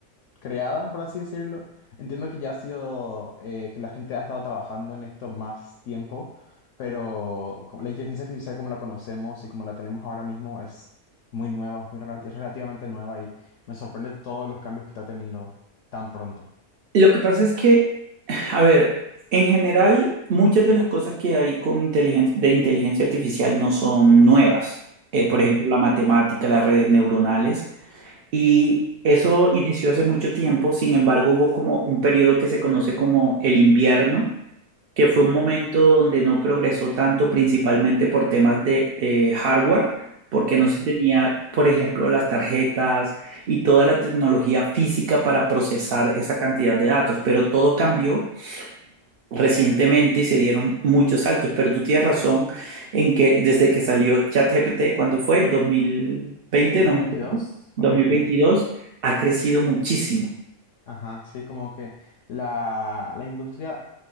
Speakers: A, on the left; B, on the right.
A: creada, por así decirlo. Entiendo que ya ha sido, eh, que la gente ha estado trabajando en esto más tiempo, pero como- la inteligencia artificial como la conocemos y como la tenemos ahora mismo es muy nueva, muy, relati es relativamente nueva y me sorprende todos los cambios que está teniendo tan pronto.
B: Lo que pasa es que, a ver, en general, muchas de las cosas que hay con inteligen- de inteligencia artificial no son nuevas. Eh, por
A: Ujú,
B: ejemplo, la matemática, las redes neuronales. Y eso inició hace mucho tiempo, sin embargo, hubo como un periodo que se conoce como el invierno que fue un momento donde no progresó tanto, principalmente por temas de, de hardware, porque no
A: ujú.
B: se tenía, por ejemplo, las tarjetas y toda la tecnología física para procesar esa cantidad de datos, pero todo cambió recientemente y se dieron muchos saltos, pero tú tienes razón en que desde que salió ChatGPT, ¿cuándo fue? ¿2020?
A: 2022,
B: No me acuerdo. ¿2022?
A: 2022.
B: Ha crecido muchísimo.
A: Ajá, sí, como que la, la industria,